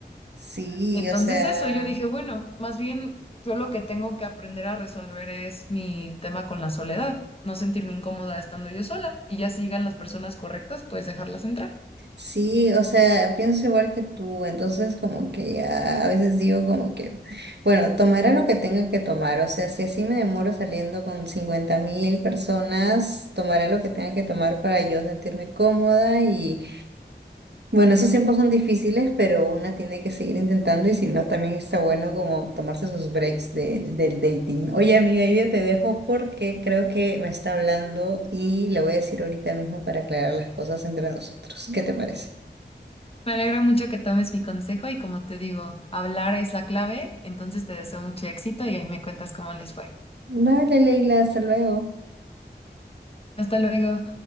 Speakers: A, on the right; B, on the left.
A: sí,
B: entonces
A: o sea.
B: eso, yo dije, bueno, más bien yo lo que tengo que aprender a resolver es mi tema con la soledad, no sentirme incómoda estando yo sola y ya sigan las personas correctas, pues dejarlas entrar.
A: Sí, o sea, pienso igual que tú, entonces como que ya a veces digo como que, bueno, tomaré lo que tenga que tomar, o sea, si así me demoro saliendo con cincuenta mil personas, tomaré lo que tenga que tomar para yo sentirme cómoda y bueno, esos tiempos son difíciles, pero una tiene que seguir intentando y si no, también está bueno como tomarse sus breaks de, del dating. Oye, amiga, yo ya te dejo porque creo que me está hablando y le voy a decir ahorita mismo para aclarar las cosas entre nosotros. ¿Qué te parece?
B: Me alegra mucho que tomes mi consejo y como te digo, hablar es la clave, entonces te deseo mucho éxito y ahí me cuentas cómo les fue.
A: Vale, Leila, hasta luego.
B: Hasta luego.